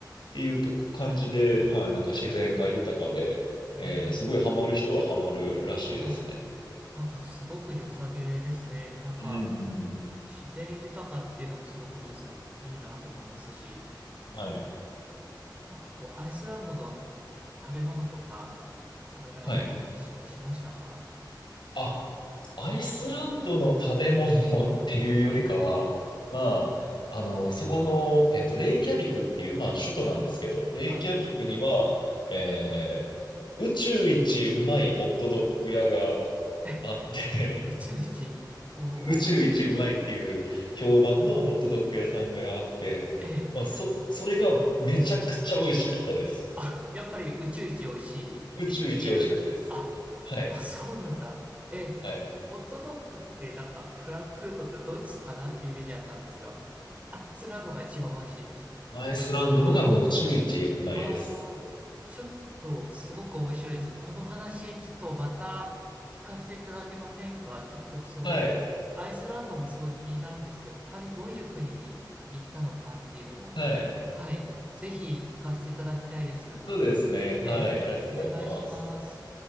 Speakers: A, on the left; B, on the right.
A: ていうとこ感じで、はい、なんか自然が豊かで、
B: ええ。
A: えーすごいハマる人はハマるらしいですね。
B: あ、なんかすごく良さげですね。なんか、
A: うんうんうん。
B: 自然豊かっていうのがすごくまずいいなって思いますし、
A: はい。
B: なんかこう、アイスランドの食べ物とか食べられたりし、
A: はい。
B: しましたか
A: あ、アイスランドの食べ物 <laughs> っていうよりかは、
B: ええ、
A: まあ、あの、そこの、えっと、レイキャビクっていう、まあ、首都なんですけど、レイキャビクには、
B: はい。
A: えー宇宙一うまいホットドッグ屋が
B: <laughs>
A: あって
B: 宇宙一。おお、
A: <laughs> 宇宙一うまいっていう評判のホットドッグ屋さんがあって、
B: ええ。
A: まあ、そ、それがめちゃくちゃ美味しかったです。
B: あ、やっぱり宇宙一美味しいって言える。
A: 宇宙一美味しかったです。
B: あ、
A: はい、
B: あ、そうなんだ。ええ、
A: はい。
B: ホットドッグってなんかフランクフルトってドイツかなってイメージあったんですけど、アイスランドが一番美味しいですね。
A: アイスランドのがもう宇宙一うまいです。
B: ああ、ちょっとすごく面白いです。この話、ちょっとまた聞かせていただけませんかちょっとその、
A: はい、
B: アイスランドもすごい気になるんですけど、他にどういう国に行ったのかっていうのも、
A: はい。
B: はい、ぜひ聞かせていただきたいです。
A: そうですね。はい。
B: ええ、
A: ありがとうございます。
B: お願いします。